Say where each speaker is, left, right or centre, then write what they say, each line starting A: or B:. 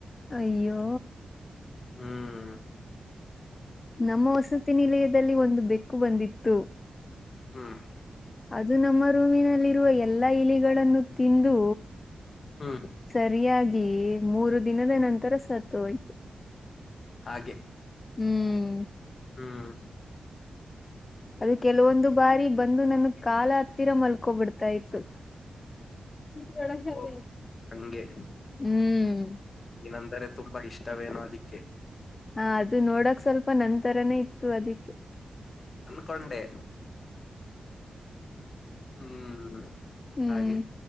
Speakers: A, on the left (about 35°); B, on the left (about 50°).
A: ಅಯ್ಯೋ
B: ಹ್ಮ್
A: ನಮ್ಮ ವಸತಿ ನಿಲಯ ದಲ್ಲಿ ಒಂದು ಬೆಕ್ಕು ಬಂದಿತ್ತು
B: ಹ್ಮ್
A: ಅದು ನಮ್ಮ ರೂಮಿನಲ್ಲಿರುವ ಎಲ್ಲಾ ಇಲಿಗಳನ್ನು ತಿಂದು
B: ಹ್ಮ್
A: ಸರಿಯಾಗಿ ಮೂರು ದಿನದ ನಂತರ ಸತ್ತು ಹೋಯ್ತು
B: ಹಾಗೆ
A: ಹ್ಮ್
B: ಹ್ಮ್
A: ಅದು ಕೆಲವೊಂದು ಬಾರಿ ಬಂದು ನನ್ ಕಾಲ ಹತ್ತಿರ ಮಲ್ಕೋಬಿಡ್ತಾ ಇತ್ತು ಹೇ <inaudible> <unintelligible>
B: ನನ್ಗೂ ಹಂಗೆ
A: ಹ್ಮ್
B: ನೀನಂದರೆ ತುಂಬಾ ಇಷ್ಟವೇನೋ ಅದಿಕ್ಕೆ
A: ಹಾ ಅದು ನೋಡಕ್ ಸ್ವಲ್ಪ ನನ್ ತರಾನೇ ಇತ್ತು ಅದಿಕ್ಕೆ
B: ಅನ್ಕೊಂಡೆ <inaudible> ಹ್ಮ್
A: ಹ್ಮ್
B: ಹಾಗೆ